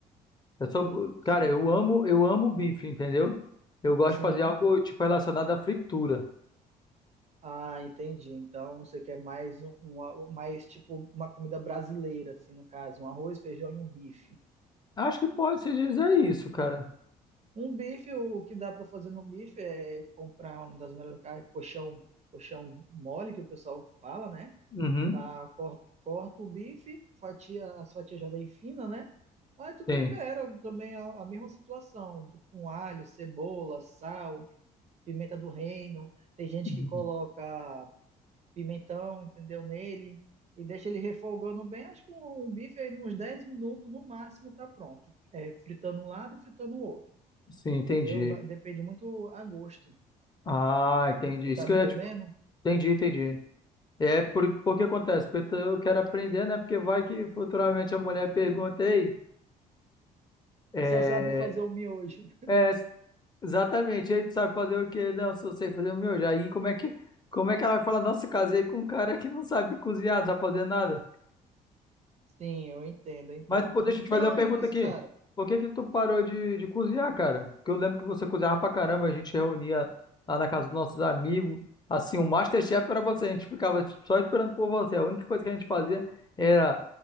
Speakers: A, on the left; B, on the right.
A: Eu sou, bo-
B: Sim.
A: cara, eu amo, eu amo bife, entendeu? Eu gosto
B: Sim.
A: de fazer algo, tipo, relacionado à fritura.
B: Ah, entendi. Então você quer mais um, um- a- mais tipo uma comida brasileira, assim, no caso, um arroz, feijão e um bife.
A: Acho que pode se dizer isso, cara.
B: Um bife, o que dá para fazer no bife é comprar um das melhores carnes, coxão, coxão mole que o pessoal fala, né?
A: Uhum,
B: Ah, corta, corta o bife, fatia, as fatias já vem fina, né? Aí tu tempera
A: sim.
B: também a, a mesma situação, do- com alho, cebola, sal, pimenta do reino. Tem gente
A: Uhum.
B: que coloca pimentão, entendeu, nele e deixa ele refogando bem. Acho que o o bife aí nos 10 minutos no máximo tá pronto. É, fritando um lado e fritando o outro,
A: Sim,
B: entendeu?
A: entendi.
B: Vai- depende muito a gosto.
A: Ah, entendi.
B: Você
A: Isso
B: tá
A: que
B: me
A: eu
B: entendendo?
A: ia te- entendi, entendi. É por, por que acontece? Porque tu- eu quero aprender, né? Porque vai que futuramente a mulher pergunta, ei, é,
B: Só sabe fazer o miojo.
A: é, exatamente, aí tu sabe fazer o quê? Não, só sei fazer o meu. Já aí como é que, como é que ela vai falar, nossa, casei com um cara que não sabe cozinhar, não sabe fazer nada?
B: <laughs> Sim, eu entendo, eu entendo.
A: Mas, pô, deixa eu te
B: Não,
A: fazer uma pergunta
B: mas,
A: aqui.
B: cara,
A: Por que que tu parou de, de cozinhar, cara? Porque eu lembro que você cozinhava pra caramba, a gente reunia lá na casa dos nossos amigos. Assim, o MasterChef era você, a gente ficava só esperando por você. A única coisa que a gente fazia era